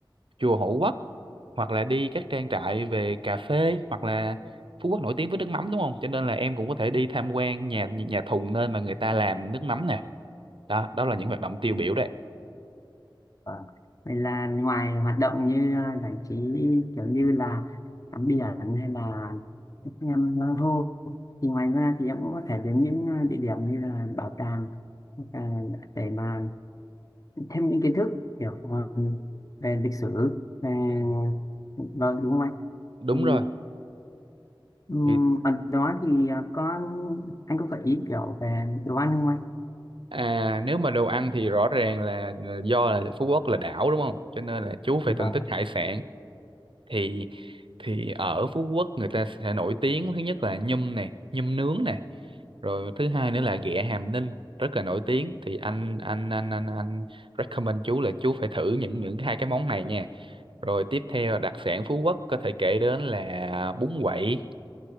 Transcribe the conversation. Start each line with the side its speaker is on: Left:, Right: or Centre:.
Right: chùa Hộ Quốc hoặc là đi các trang trại về cà phê hoặc là Phú Quốc nổi tiếng với nước mắm đúng không cho nên là em cũng có thể đi tham quan nhà nhà thùng nơi mà người ta làm nước mắm nè đó đó là những hoạt động tiêu biểu đấy
Left: vâng. Vậy là ngoài hoạt động như à, giải trí kiểu như là tắm biển hay là các em san hô thì ngoài ra thì em cũng có thể đến những à, địa điểm như là bảo tàng hoặc là để mà thêm những kiến thức kiểu ờ, về lịch sử về
Right: Ừ,
Left: vâng đúng không anh
Right: đúng
Left: thì
Right: rồi
Left: um,
Right: Thì
Left: ở đó thì ờ, có anh có gợi ý kiểu về đồ ăn không anh
Right: À, nếu mà đồ ăn thì rõ ràng là là do là Phú Quốc là đảo đúng không? Cho nên là chú phải
Left: vâng
Right: thưởng thức
Left: ạ.
Right: hải sản. Thì thì ở Phú Quốc người ta sẽ nổi tiếng thứ nhất là nhum này, nhum nướng này. Rồi thứ hai nữa là ghẹ Hàm Ninh rất là nổi tiếng. Thì anh anh anh anh anh recommend chú là chú phải thử những những hai cái món này nha. Rồi tiếp theo đặc sản Phú Quốc có thể kể đến là bún quậy,